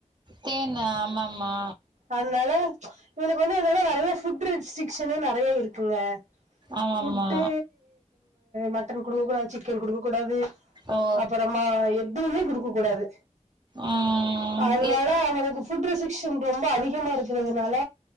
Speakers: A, on the right; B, on the right.
A: தேன் ஆமாமா
B: அதனால இவனக்கு வந்து என்னன்னா நெறைய ஃபுட் ரெஸ்ட்ரிக்ஷ்ன் நெறைய இருக்குங்க
A: ஆமாமா
B: ஃபுட்டு மட்டன் குடுக்க கூடாது சிக்கன் குடுக்க கூடாது
A: ஓ
B: அப்பறமா எக் எதுமே குடுக்க கூடாது
A: ம்
B: அதனால
A: எ
B: அவனுக்கு ஃபுட் ரெசிக்ஸ் ஸன் ரொம்ப அதிகமா இருக்கிறதுனால